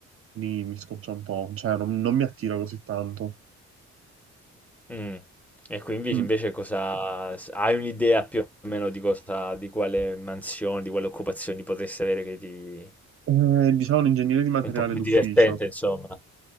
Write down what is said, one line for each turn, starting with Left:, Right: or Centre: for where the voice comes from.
Right: mi, mi scoccia un po', cioè non, non mi attira così tanto.
Centre: Mm. E quindi
Right: Mm.
Centre: invece cosa s- hai un'idea più o meno di cosa, di quale mansione, di quale occupazione potresti avere che ti
Right: Eh, diciamo un ingegnere di materiale
Centre: Un po' più Capito?
Right: d'ufficio.
Centre: divertente, insomma.